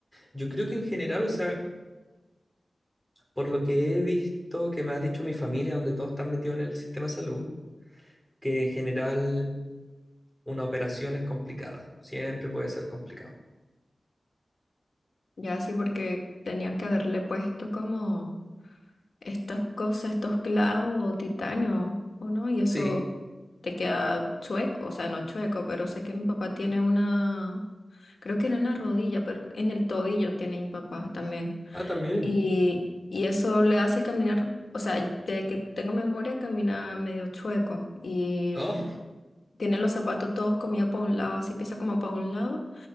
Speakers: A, in the centre; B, on the left.
A: Yo creo que en general, o sea, Por lo que he visto que me ha dicho mi familia, donde todos están metidos en el sistema de salud, que en general una operación es complicada. Siempre puede ser complicado.
B: Ya sí, porque tenían que haberle puesto como estas cosas, estos clavos o titanio, o no, y eso
A: Sí.
B: te queda chueco, o sea, no chueco, pero sé que mi papá tiene una, creo que era en la rodilla, pero en el tobillo tiene mi papá también.
A: Ah, también.
B: Y, y eso le hace caminar, o sea, desde que tengo memoria camina medio chueco y
A: Oh,
B: mm, tiene los zapatos todos comidos para un lado, así pisa como para un lado.